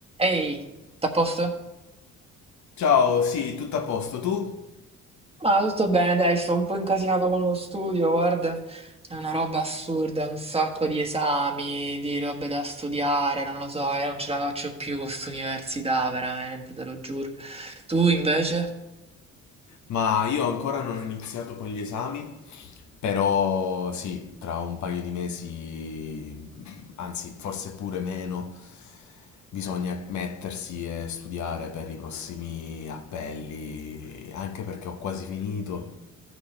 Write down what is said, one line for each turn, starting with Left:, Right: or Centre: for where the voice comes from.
Right: Ehi, t'à posto?
Left: Ciao, sì, tutto a posto tu?
Right: Ma tutto bene, dai, sto un po' incasinato con lo studio, guarda. È una roba assurda, un sacco di esami, di robe da studiare, non lo so, io non ce la faccio più con quest'università, veramente, te lo giuro. Tu invece?
Left: Ma io ancora non ho iniziato con gli esami, però sì, tra un paio di mesi, anzi forse pure meno, bisogna mettersi e studiare per i prossimi appelli, anche perché ho quasi finito